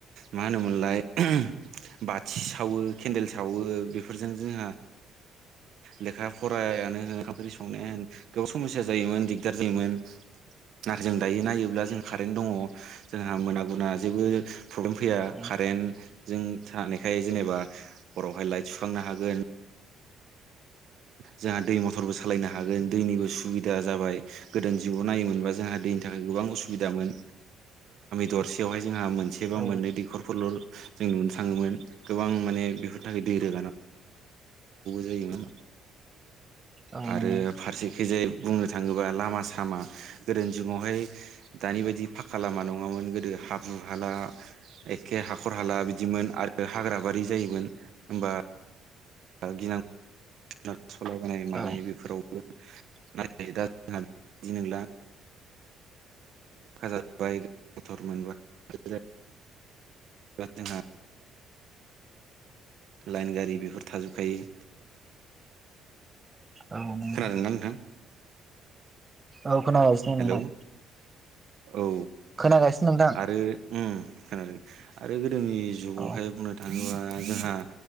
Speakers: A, on the right; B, on the right.
A: मा होनोमोनलाय बाथि सावो केन्देल सावो बेफोरजों जोंहा लेखा फरायानो होन ओंखाम ओंख्रि संनायानो होन गोबाव समस्या जायोमोन दिग्दार जायोमोन नाथाय जों दायो नायोब्ला जों कारेन्ट दङ जोंहा मोना गुना जेबो प्रब्लेम फैया
B: औ
A: कारेन्ट जों थानायखाय जेनेबा हरावहाय लाइट सुखांनो हागोन जोंहा दै मथरबो सालायनो हागोन दैनिबो सुबिदा जाबाय गोदो जुगाव नाय जोंहा दैनि थाखाय गोबां उसुदामोन जोंहा मोनसे बा
B: औ
A: मोननै दैखरफोरल' जों नुनो थाङोमोन गोबां माने बेफोरनि थाखाय दै रोगानां जायोमोन
B: औ
A: आरो
B: नंगौ
A: फारसेखैजाय बुंनो थाङोबा लामा सामा गोदोनि जुगावहाय दानि बायदि फाक्का लामा नङामोन गोदो हाब्रु हाला एखे हाखर हाला बिदिमोन आरो हाग्राबारि जायोमोन होमबा गिनां सलायबोनाय मानाय
B: औ
A: बेफोरावबो नाथाय दा जोंहा बिदि नोंला जाजोबबाय मथर मोनबाय जोंहा लाइन गारि बिफोर थाजोबखायो
B: औ नंगौ
A: खोनादोंना नोंथां
B: औ खोनायगासिनो नोंथां
A: हेलौ औ
B: खोनागासिनो नोंथां
A: आरो खोनादों आरो गोदोनि जुगावहाय
B: औ
A: बुंनो थाङो थाङोबा जोंहा